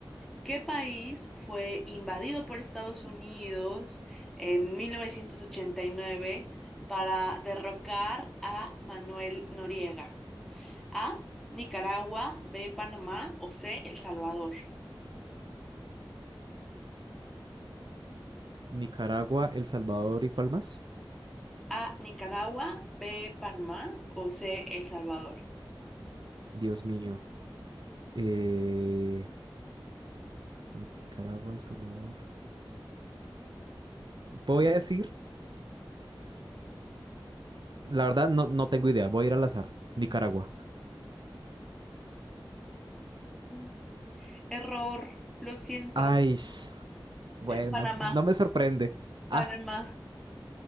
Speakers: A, in the centre; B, on the right.
A: ¿Qué país fue invadido por Estados Unidos en 1989 para derrocar a Manuel Noriega? A. Nicaragua. B. Panamá. O C. El Salvador.
B: Nicaragua, El Salvador y ¿cuál más?
A: A, Nicaragua, B, Panamá o C, El Salvador.
B: Dios mío. Eh, Nicaragua, El Salvador. Voy a decir, la verdad no, no tengo idea, voy a ir al azar. Nicaragua.
A: Mm. Error, lo siento.
B: Ay, s- bueno,
A: Panamá,
B: no me sorprende.
A: Panamá,
B: Ah,